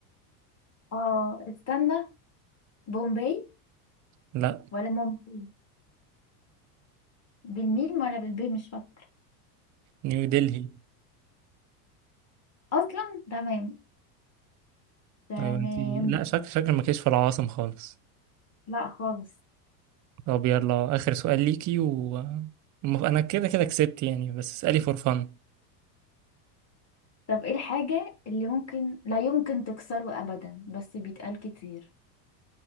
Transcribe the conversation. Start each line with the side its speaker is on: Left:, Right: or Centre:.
Left: اه استنى بومباي
Right: لا
Left: ولا مومباي بالميم ولا بالبي مش فاكره
Right: نيو دلهي
Left: اصلا تمام تمام
Right: ايوه انت لا شكل شكل ما كانش في العواصم خالص
Left: لا خالص
Right: طب يلا اخر سؤال ليكي و المف- انا كده كده كسبت يعني بس اسألي فور فن
Left: طب ايه الحاجة اللي ممكن لا يمكن تكسره ابدا بس بيتقال كتير